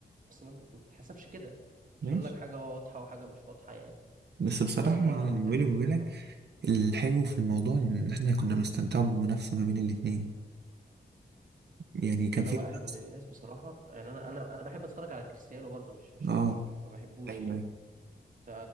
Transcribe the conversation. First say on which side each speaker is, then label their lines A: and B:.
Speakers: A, on the right; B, on the right.
A: اصلا ما بتتحسبش كده
B: ماشي
A: مش هقول لك حاجة واضحة وحاجة مش واضحة يعني
B: بس
A: بس
B: بصراحه
A: هو لو
B: ما
A: هنتكلم
B: بيني وما
A: انت
B: بينك
A: لو
B: الحلو في الموضوع ان احنا كنا بنستمتع بمنافسه ما بين الاتنين يعني كان
A: انا
B: في
A: واحد
B: منافسه
A: من الناس بصراحة يعني انا انا انا بحب اتفرج على كريستيانو برضو مش مش
B: اه
A: مش, مش ما بحبوش
B: ايوه
A: يعني
B: ايوه
A: ف...